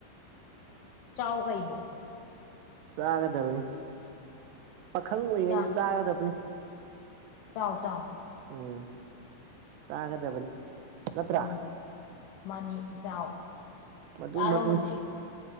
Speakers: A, on the left; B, on the right.
A: ꯆꯥꯎ ꯀꯩꯅꯣ
B: ꯆꯥꯒꯗꯕꯅꯤ ꯄꯥꯈꯪ ꯑꯣꯏꯔꯤꯉꯩꯗ
A: ꯆꯥꯎ
B: ꯆꯥꯒꯗꯕꯅꯤ
A: ꯆꯥꯎ ꯆꯥꯎ
B: ꯎꯝ ꯆꯥꯒꯗꯕꯅꯤ ꯅꯠꯇ꯭ꯔꯥ
A: ꯎꯝ ꯃꯥꯅꯤ ꯏꯆꯥꯎ
B: ꯃꯗꯨꯃꯛꯅꯤ
A: ꯆꯥꯔꯣ ꯍꯧꯖꯤꯛ